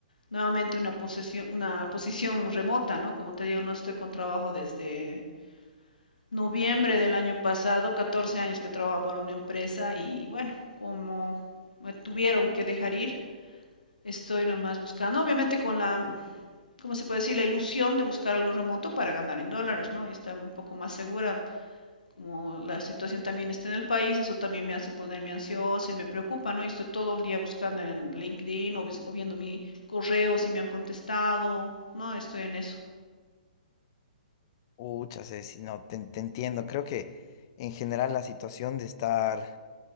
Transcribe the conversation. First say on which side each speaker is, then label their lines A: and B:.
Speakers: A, on the left; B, on the left.
A: nuevamente una posesión, una posición remota, ¿no? Como te digo, no estoy con trabajo desde noviembre del año pasado, 14 años que trabajo para una empresa y bueno, como me tuvieron que dejar ir, estoy nomás buscando, obviamente con la como se puede decir? La ilusión de buscar algo remoto para ganar en dólares, ¿no? Y estar un poco más segura, como la situación también está en el país, eso también me hace ponerme ansiosa y me preocupa, ¿no? Y estoy todo el día buscando en LinkedIn o, o viendo mi correo si me han contestado, ¿no? Estoy en eso.
B: Ucha, Ceci, no, te, te entiendo. Creo que en general la situación de estar